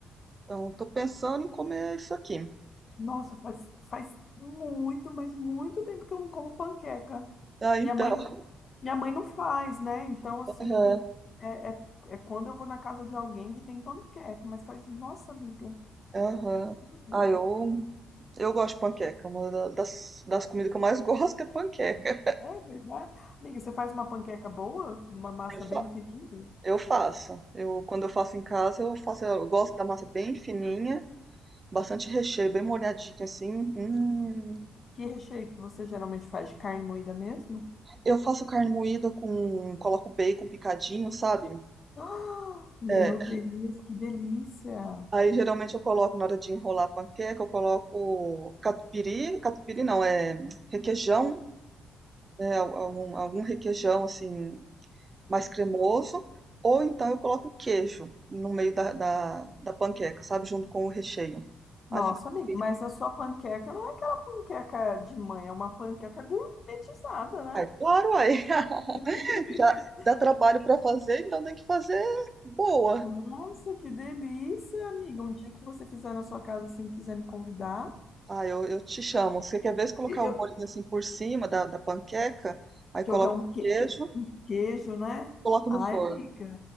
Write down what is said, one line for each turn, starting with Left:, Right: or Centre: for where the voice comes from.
Right: Então, eu tô pensando em comer isso aqui.
Left: Nossa, faz, faz muito, mas muito tempo que eu não como panqueca.
Right: Ah, então.
Left: Minha mãe, minha mãe não faz, né? Então, assim,
Right: Aham,
Left: é, é, é quando eu vou na casa de alguém que tem panqueca, mas faz, nossa, amiga,
Right: aham.
Left: muito tempo.
Right: Ah, eu, eu gosto de panqueca. Uma da- das, das comidas que eu mais <laughs> gosto é panqueca.
Left: É verdade? Amiga, você faz uma panqueca boa? Uma massa
Right: Eu fa-
Left: bem fininha?
Right: eu faço. Eu, quando eu faço em casa, eu faço. Eu gosto da massa bem fininha, bastante recheio, bem molhadinha assim. Hum.
Left: Que recheio que você geralmente faz de carne moída mesmo? <gasps>
Right: Eu faço carne moída com. Coloco bacon picadinho, sabe?
Left: Ah, meu
Right: É,
Left: Deus, que delícia!
Right: Aí geralmente eu coloco na hora de enrolar a panqueca, eu coloco catupiry, catupiry não, é requeijão, né, algum, algum requeijão assim mais cremoso, ou então eu coloco queijo no meio da, da, da panqueca, sabe, junto com o recheio.
Left: Nossa,
Right: Aí fica
Left: amiga,
Right: triste.
Left: mas a sua panqueca não é aquela panqueca de mãe, é uma panqueca gourmetizada, né?
Right: Ai, claro, aí <laughs>
Left: <laughs>
Right: já dá trabalho para fazer, então tem que fazer boa.
Left: Nossa, que delícia, amiga. Um dia que você fizer na sua casa, assim, quiser me convidar,
Right: Ah, eu, eu te chamo. Você quer ver se colocar
Left: eu
Right: o molho assim por cima da, da panqueca, aí coloca
Left: jogar um,
Right: o
Left: que...
Right: queijo,
Left: um queijo, né?
Right: coloca
Left: Ai,
Right: no forno.
Left: amiga,